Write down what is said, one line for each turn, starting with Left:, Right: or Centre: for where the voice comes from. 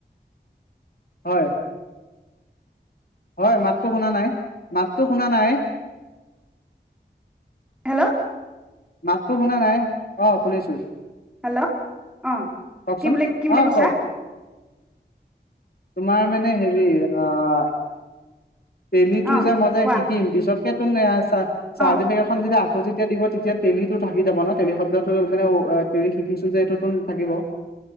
Left: হয়। হয়, মাতটো শুনা নাই, মাতটো শুনা নাই।
Centre: হেল্ল'।
Left: মাততো শুনা নাই অহ শুনিছোঁ।
Centre: হেল্ল' অ
Left: কওকচোন
Centre: কি বুলি কি বুলি
Left: অ',
Centre: কৈছা
Left: কওক তোমাৰ মানে হেৰি আহ টেলিটো
Centre: অ',
Left: যে মই যায়
Centre: কোৱা
Left: শিকিম পিছত সেইটো নে চাৰ্টিফিকেট
Centre: অ',
Left: খন যেতিয়া আকৌ যেতিয়া দিব তেতিয়া টেলিটো থাকি যাব ন টেলি শব্দতো মানে টেলি শিকিছোঁ যে এইটোতো থাকিব।